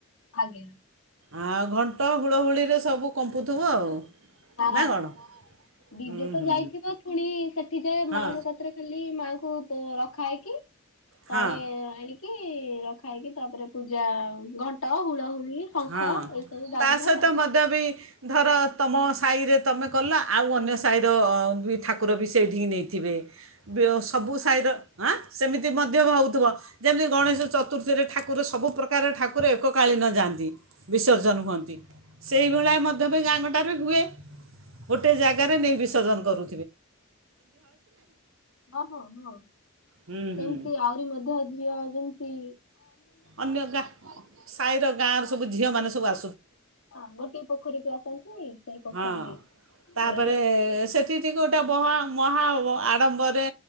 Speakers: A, on the left (about 70°); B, on the right (about 65°).
A: ଆଜ୍ଞା।
B: ଆଉ ଘଣ୍ଟ ହୁଳହୁଳିରେ ସବୁ କମ୍ପୁଥିବ ଆଉ।
A: ହଁ
B: ନା କ'ଣ
A: ଡି
B: ହୁଁ
A: ଜେ ତ
B: ହୁଁ
A: ଯାଇଥିବ ପୁଣି ସେଠି ଯା
B: ହଁ
A: ମାଙ୍କ କାତରେ ଖାଲି ମାକୁ ତୁ ତ ରଖା ହେଇକି ପାଣୀ
B: ହଁ
A: ଆଣି କି ରଖା ହେଇକି ତାପରେ ପୂଜା ଘଣ୍ଟ ହୁଳ ହୁଳି ଶଙ୍ଖ
B: ହଁ
A: ଏସବୁ ବାଜିଥାଏ
B: ତା ସହିତ
A: ଆଉ।
B: ମଧ୍ୟ ବି ଧର ତମ ସାହିରେ ତମେ କଲ ଆଉ ଅନ୍ୟ ସାହିର ଅ ବି ଠାକୁର ବି ସେଇଠିକି ନେଇଥିବେ। ବେଓ ସବୁ ସାହିର ଆଁ ସେମିତି ମଧ୍ୟ ଭାବୁଥବ। ଯେମିତି ଗଣେଶ ଚତୁର୍ଥୀରେ ଠାକୁର ସବୁପ୍ରକାର ଠାକୁର ଏକକାଳୀନ ଯାଆନ୍ତି। ବିସର୍ଜନ ହୁଅନ୍ତି। ସେଇଭଳିଆ ମଧ୍ଯ ବି ଗାଁ ଗ ଣ୍ଡାରେ ହୁଏ। ଗୋଟେ ଜାଗାରେ ନେଇ ବିସର୍ଜନ କରୁ
A: ହଁ ହଁ ହଁ
B: ହୁଁ
A: ସେମତି
B: ହୁଁ
A: ଆହୁରି ମଧ୍ୟ ଝିଅ ଯେ ମିତି
B: ଅନ୍ୟ ଗାଁ ସାହିର ଗାଁ ର ସବୁ ଝିଅ ମାନେ ସବୁ ଆ
A: ହଁ ଗୋଟିଏ ପୋଖରୀକୁ ଆସନ୍ତି। ସେଇ ପୋଖରୀ
B: ହଁ
A: କୂଳେ
B: ତାପରେ
A: ସବୁ ପୂଜା କର
B: ସେଠି ଟିକେ ଗୋଟେ ମହା ମହା ଆଡମ୍ବରେ